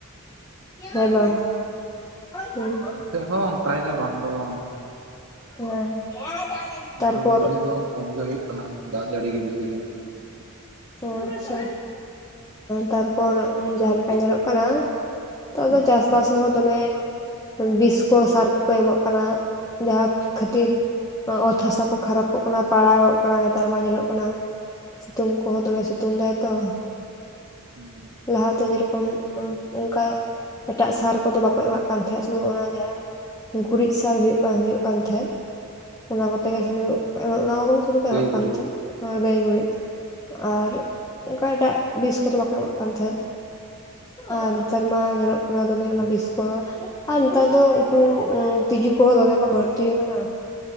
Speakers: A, on the left (about 15°); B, on the right (about 75°).
A: ᱦᱮᱸ ᱵᱟᱝ ᱦᱮᱸ
B: ᱪᱮᱫ ᱦᱚᱸ ᱚᱱᱠᱟᱭ ᱫᱟᱭ ᱵᱟᱝ ᱫᱚ ᱵᱟᱝ
A: ᱦᱮᱸ
B: ᱦᱩᱰᱩᱨ
A: ᱛᱟᱨᱯᱚᱨ
B: ᱵᱤᱡᱽᱞᱤ ᱫᱚ ᱠᱚᱢ ᱜᱮ ᱦᱩᱭᱩᱜ ᱠᱟᱱᱟ ᱫᱟᱜ ᱡᱟᱹᱲᱤ ᱜᱮ ᱵᱮᱥᱤ ᱦᱩᱭᱩᱜ ᱠᱟᱱᱟ᱾
A: ᱚ ᱟᱪᱪᱷᱟ ᱛᱟᱨᱯᱚᱨ ᱡᱟᱦᱟᱸᱮ ᱞᱮᱠᱟ ᱧᱮᱞᱚᱜ ᱠᱟᱱᱟ᱾ ᱛᱫᱚ ᱪᱟᱥ ᱵᱟᱥ ᱨᱮᱦᱚᱸ ᱫᱚᱢᱮ ᱵᱤᱥ ᱠᱚ ᱥᱟᱨ ᱠᱚᱠᱚ ᱮᱢᱚᱜ ᱠᱟᱱᱟ ᱡᱟᱦᱟᱸ ᱠᱷᱟᱹᱛᱤᱨ ᱚᱛ ᱦᱟᱥᱟ ᱠᱚ ᱠᱷᱟᱨᱟᱯᱚᱜ ᱠᱟᱱᱟ ᱯᱟᱲᱟᱣᱚᱜ ᱠᱟᱱᱟ ᱱᱮᱛᱟᱨ ᱢᱟ ᱧᱮᱞᱚᱜ ᱠᱟᱱᱟ ᱥᱤᱛᱩᱝ ᱠᱚᱦᱚ ᱫᱚᱢᱮ ᱥᱤᱛᱩᱝ ᱫᱟᱭ ᱛᱚ᱾
B: ᱦᱮᱸ
A: ᱞᱟᱦᱟᱛᱮ ᱡᱮᱨᱚᱠᱚᱢ ᱚᱱᱠᱟ ᱮᱴᱟᱜ ᱥᱟᱨ ᱠᱚᱫᱚ ᱵᱟᱠᱚ ᱮᱢᱟᱜ ᱠᱟᱱ ᱛᱟᱦᱮᱸᱫ ᱥᱩᱫᱷᱩ ᱚᱱᱟ ᱡᱟᱦᱟᱸ᱾ ᱜᱩᱨᱤᱡ ᱥᱟᱶ ᱦᱩᱭᱩᱜ ᱦᱩᱭᱩᱜ ᱠᱟᱱ ᱛᱟᱦᱮᱸᱫ, ᱚᱱᱟ ᱠᱚᱛᱮ
B: ᱦᱩᱸ
A: ᱜᱮ ᱥᱩᱫᱷᱩ ᱚᱱᱟ ᱠᱚᱜᱮ ᱠᱚ ᱥᱩᱫᱷᱩ ᱠᱚ
B: ᱜᱟᱹᱭ
A: ᱮᱢᱟᱜ
B: ᱜᱩᱨᱤᱡ
A: ᱠᱟᱱ ᱛᱟᱦᱮᱸᱱ ᱜᱟᱹᱭ ᱜᱩᱨᱤᱡ᱾ ᱟᱨ ᱚᱱᱠᱟ ᱮᱴᱟᱜ ᱵᱤᱥ ᱠᱚᱫᱚ ᱵᱟᱠᱚ ᱮᱢᱟᱜ ᱠᱟᱱ ᱛᱟᱦᱮᱸᱫ᱾ ᱟᱨ ᱱᱮᱛᱟᱨ ᱢᱟ ᱧᱮᱞᱚᱜ ᱠᱟᱱᱟ ᱫᱚᱢᱮ ᱚᱱᱟ ᱵᱮᱥ ᱠᱚ᱾ ᱟᱨ ᱱᱮᱛᱟᱨ ᱫᱚ ᱩᱱᱠᱩ ᱛᱤᱡᱩ ᱠᱚᱦᱚᱸ ᱫᱚᱢᱮ ᱠᱚ ᱵᱟᱹᱲᱛᱤ ᱠᱟᱱᱟ᱾